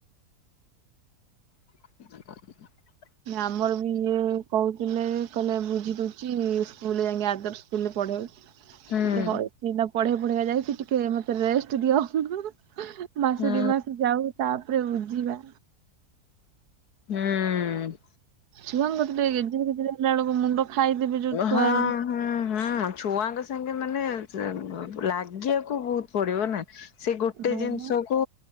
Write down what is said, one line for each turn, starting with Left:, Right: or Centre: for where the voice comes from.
Left: ହ <unintelligible>
Right: ଆମର ବି ଇଏ କହୁଛି କହିଲେ କଲେ ବୁଝି ଦଉଛି ସ୍କୁଲ ଯାଇ ଆଦର୍ ସ୍କୁଲ ରେ ପଢେଇ।
Left: ହୁଁ
Right: ହଇ ଏଇନା ପଢେଇ ପଢେଇକା ଯାଇଛିି ଟିକେ ମତେ ରେଷ୍ଟ ଦିଅ ହିଁ ହିଁ। ହିଁ ମାସ
Left: ହୁଁ
Right: ଦି ମାସ ଯାଉ ତାପରେ ବୁଝିବା।
Left: ହୁଁ-ଉ-ଉ-ଉ।
Right: ଚୁଆଙ୍ଗ ଗତେ ଗଜି ଗଜ୍ର ଏଳ ମୁଣ୍ଡ ଖାଇଦେବେ ଯୋଉ ଛୁଆର।
Left: ହଁ ହଁ ହଁ। ଛୁଆଙ୍କ ସାଙ୍ଗେ ମାନେ ଲାଗିବାକୁ ବହୁତ ପଡିବ ନା ସେ ଗୋଟେ
Right: ହଁ
Left: ଜିନିଷ
Right: ବା
Left: କୁ